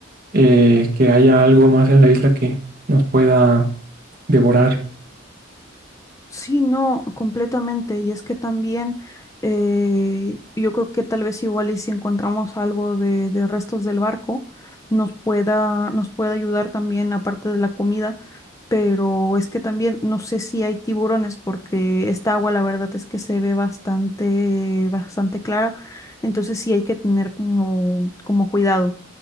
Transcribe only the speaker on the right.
eh, que haya algo más en la isla que nos pueda devorar.